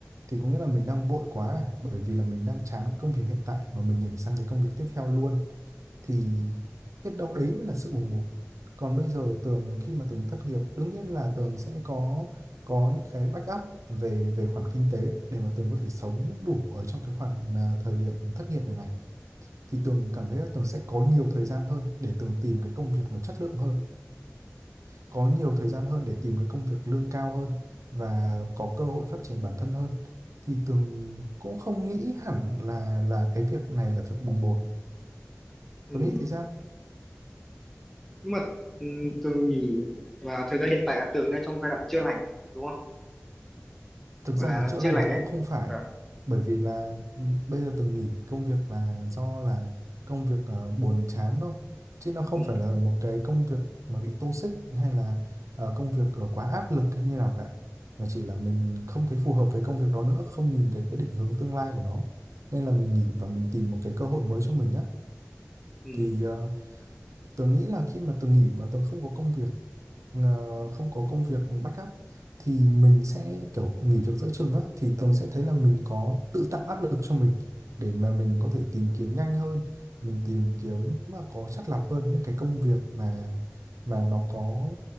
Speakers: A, on the right; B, in the centre.
A: Thì có nghĩa là mình đang vội quá à, bởi vì là mình đang chán cái công việc hiện tại mà mình nhảy sang cái công việc tiếp theo luôn thì biết đâu đấy mới là sự bùng bột. Còn bây giờ Tường khi mà Tường thất nghiệp, đương nhiên là Tường sẽ có có những cái backup về về khoản kinh tế để mà Tường có thể sống đủ ở trong cái khoản à, thời điểm thất nghiệp này này thì Tường cảm thấy là Tường sẽ có nhiều thời gian hơn để Tường tìm cái công việc nó chất lượng hơn có nhiều thời gian hơn để tìm cái công việc lương cao hơn và có cơ hội phát triển bản thân hơn thì Tường cũng không nghĩ hẳn là là cái việc này là việc bồng bột
B: Ừ.
A: Tường nghĩ thì sao?
B: Nhưng mà ừ, tường nhìn và thời gian hiện tại là tường đang trong giai đoạn chữa lành đúng không?
A: thực
B: Gọi
A: ra
B: là
A: là chữa
B: chữa
A: lành
B: lành
A: thì
B: ấy.
A: cũng không phải
B: À,
A: bởi vì là ừ, bây giờ từng nghỉ công việc là do là công việc ờ, buồn chán thôi chứ nó không
B: ừ,
A: phải là một cái công việc mà bị toxic hay là ờ, công việc ờ, quá áp lực hay như nào cả mà chỉ là mình không thấy phù hợp với công việc đó nữa không nhìn thấy cái định hướng tương lai của nó nên là mình nghỉ và mình tìm một cái cơ hội mới cho mình nhé
B: ừ.
A: thì ờ, tớ nghĩ là khi mà tớ nghỉ mà tớ không có công việc ờ, không có công việc backup thì mình sẽ kiểu nghỉ việc giữa chừng á thì tường sẽ thấy là mình có tự tạo áp lực cho mình để mà mình có thể tìm kiếm nhanh hơn mình tìm kiếm mà có chắt lọc hơn những cái công việc mà mà nó có